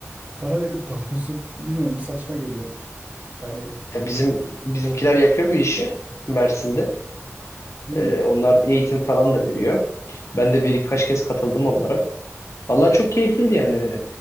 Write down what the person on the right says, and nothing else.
Para verip <laughs> dalıyorsun. Bilmiyorum o saçma geliyor. Yani
hmm,